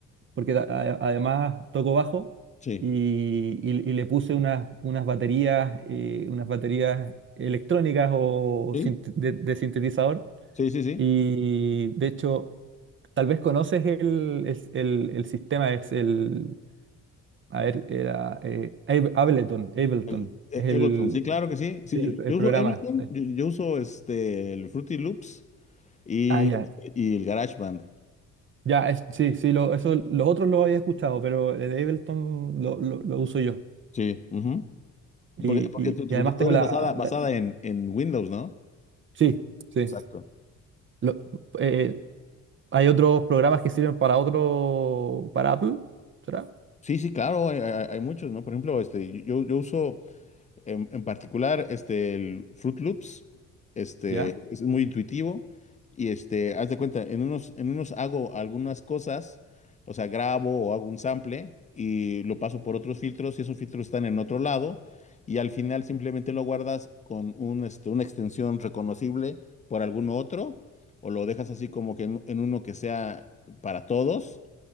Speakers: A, on the right; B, on the left.
A: porque a- a- además toco bajo
B: sí,
A: y, y- y le puse unas, unas baterías, eh, unas baterías electrónicas o
B: sí,
A: sint- de, de sintetizador.
B: sí, sí, sí.
A: Y de hecho, tal vez conoces el, es el, el sistema, es el, a ver, era eh, Ab- Ableton, Ableton,
B: El- e-
A: es el,
B: Ableton, sí, claro que sí. Sí,
A: el,
B: yo,
A: el
B: yo
A: programa.
B: uso Ableton,
A: sí.
B: yo, yo uso este el Fruity Loops y,
A: Ah, ya.
B: y el GarageBand.
A: Ya, es- sí, sí, lo, eso, los otros los había escuchado, pero el Ableton lo, lo, lo uso yo.
B: Sí, ujú.
A: Y,
B: Porque, porque
A: y-
B: tu, tu
A: y además
B: computadora
A: tengo la,
B: es basada, basada en, en Windows, ¿no?
A: Sí, sí.
B: Exacto.
A: Lo- eh, hay otros programas que sirven para otro, para Apple, ¿será?
B: Sí, sí, claro, hay, hay- hay muchos, ¿no? Por ejemplo, este, yo, yo uso En, en particular, este, el Fruit Loops, este,
A: ¿Ya?
B: es muy intuitivo y este, haz de cuenta, en unos, en unos hago algunas cosas, o sea, grabo o hago un sample y lo paso por otros filtros y esos filtros están en otro lado y al final simplemente lo guardas con un, este, una extensión reconocible por algún otro o lo dejas así como que en, en uno que sea para todos